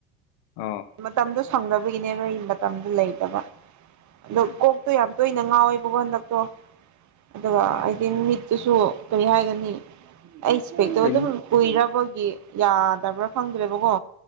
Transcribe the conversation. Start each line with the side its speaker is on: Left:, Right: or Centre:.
Left: ꯑ
Right: ꯃꯇꯝꯗꯣ ꯁꯪꯗꯕꯒꯤꯅꯦꯕꯣꯏ ꯃꯇꯝꯗꯣ ꯂꯩꯇꯕ ꯑꯗꯣ ꯀꯣꯛꯇꯣ ꯌꯥꯝ ꯇꯣꯏꯅ ꯉꯥꯎꯋꯦꯕꯣ ꯍꯟꯗꯛꯇꯣ ꯑꯗꯨꯒ
Left: ꯑꯣ
Right: ꯍꯥꯏꯗꯤ ꯃꯤꯠ ꯑꯗꯨꯁꯨ ꯀꯔꯤ ꯍꯥꯏꯒꯅꯤ ꯑꯩ ꯏꯁꯄꯦꯛꯇꯣ
Left: ꯁꯥꯏꯟ
Right: ꯑꯗꯨꯝ ꯎꯏꯔꯕꯒꯤ ꯌꯥꯗꯕ꯭ꯔꯥ ꯐꯪꯗ꯭ꯔꯦꯕꯀꯣ